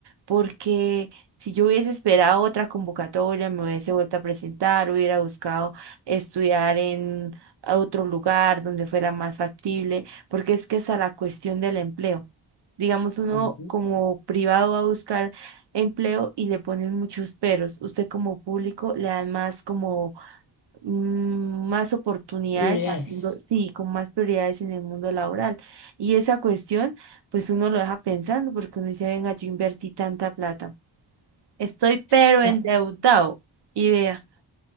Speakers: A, on the right; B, on the left.
A: porque si yo hubiese esperado otra convocatoria, me hubiese vuelto a presentar, hubiera buscado estudiar en a otro lugar donde fuera más factible, porque es que esa es la cuestión del empleo. Digamos, uno
B: Ujú.
A: como privado va a buscar empleo y le ponen muchos peros. Usted como público le dan más como mm, más oportunidades,
B: prioridades.
A: al mundo- sí, con más prioridades en el mundo laboral. Y esa cuestión, pues uno lo deja pensando porque uno dice, venga, yo invertí tanta plata. Estoy pero
B: Sa-
A: endeudado. Y vea.